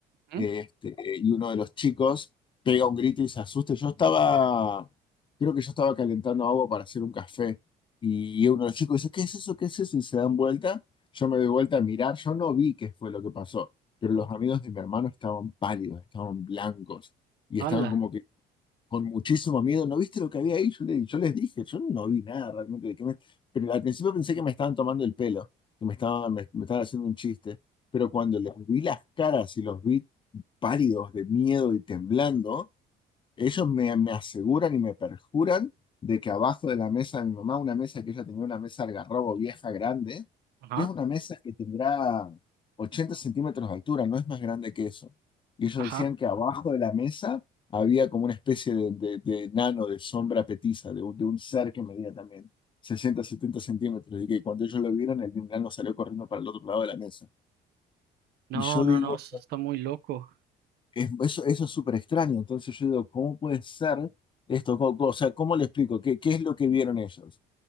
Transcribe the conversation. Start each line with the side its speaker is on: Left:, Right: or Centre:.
Right: ujú,
Left: Eh, este, y uno de los chicos pega un grito y se asusta. Yo estaba, creo que yo estaba calentando agua para hacer un café. Y uno de los chicos dice, ¿qué es eso? ¿Qué es eso? Y se dan vuelta. Yo me doy vuelta a mirar. Yo no vi qué fue lo que pasó, pero los amigos de mi hermano estaban pálidos, estaban blancos y
Right: ala,
Left: estaban como que con muchísimo miedo. ¿No viste lo que había ahí? Yo, le- yo les dije, yo no vi nada realmente. de que me- pero al principio pensé que me estaban tomando el pelo, que me estaban, me, me estaban haciendo un chiste. Pero cuando les vi las caras y los vi pálidos de miedo y temblando, ellos me, me aseguran y me perjuran de que abajo de la mesa de mi mamá, una mesa que ella tenía, una mesa algarrobo vieja grande,
Right: ajá,
Left: que es una mesa que tendrá 80 centímetros de altura, no es más grande que eso. Y ellos
Right: ajá.
Left: decían que abajo de la mesa había como una especie de, de, de nano, de sombra petiza, de, un de un ser que medía también 60, 70 centímetros. Y que cuando ellos lo vieron, el nano salió corriendo para el otro lado de la mesa.
Right: No,
Left: Y yo
Right: no,
Left: digo,
Right: no, eso está muy loco.
Left: es- eso, eso es súper extraño. Entonces yo digo, ¿cómo puede ser esto? ¿Cómo- cómo- o sea, ¿cómo le explico? ¿Qué, qué es lo que vieron ellos?